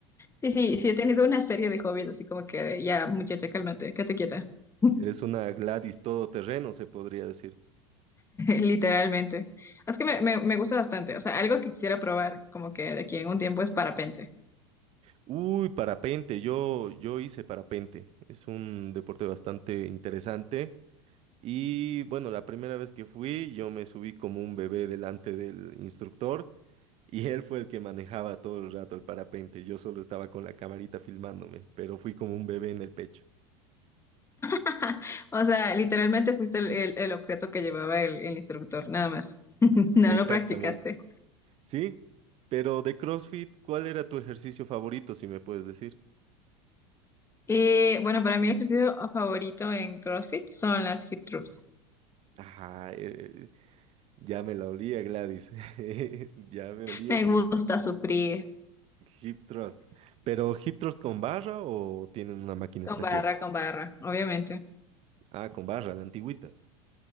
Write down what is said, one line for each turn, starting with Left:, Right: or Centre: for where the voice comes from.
Left: sí, sí, sí he tenido una serie de hobbies, así como que de, ya, muchacha, cálmate, quédate quieta. <laughs>
Right: Eres una Gladys todoterreno, se podría decir.
Left: Literalmente. Es que me, me, me gusta bastante. O sea, algo que quisiera probar, como que de aquí en un tiempo es parapente.
Right: Uy, parapente, yo, yo hice parapente. Es un deporte bastante interesante Y bueno, la primera vez que fui, yo me subí como un bebé delante del instructor y él fue el que manejaba todo el rato el parapente. Yo solo estaba con la camarita filmándome, pero fui como un bebé en el pecho.
Left: <laughs> O sea, literalmente fuiste el, el- el objeto que llevaba el, el instructor, nada más. <laughs> No
Right: Exactamente.
Left: lo practicaste.
Right: Sí, pero de CrossFit, ¿cuál era tu ejercicio favorito, si me puedes decir?
Left: Y bueno, para mí el ejercicio favorito en CrossFit son las hip thrusts.
Right: Ah, eh, ya me la olía, Gladys. <laughs> Ya me olía
Left: Me
Right: que
Left: gusta sufrir
Right: hip thrust. ¿Pero hip thrust con barra o tienen una máquina
Left: con
Right: especial?
Left: barra, con barra, obviamente.
Right: Ah, con barra, la antigüita.